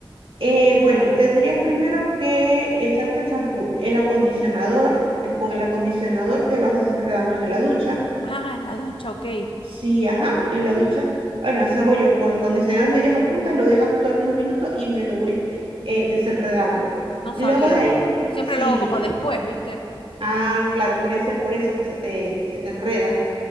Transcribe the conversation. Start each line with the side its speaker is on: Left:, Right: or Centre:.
Right: Eh, bueno, tendrías primero que echarte el champú, el acondicionador, el, con el acondicionador te vas desenredando en la ducha.
Left: Ah, en la ducha, ok.
Right: Sí, ajá, en la ducha. Bueno, así hago yo, con el acondicionador medios a punta, lo dejo actuar unos minutos y me lo voy eh, desenredando.
Left: No
Right: Luego
Left: sabía.
Right: de ahí,
Left: Siempre
Right: sí,
Left: lo hago como después, ¿viste?
Right: ah, claro, puede ser por eso que se te, se te enreda.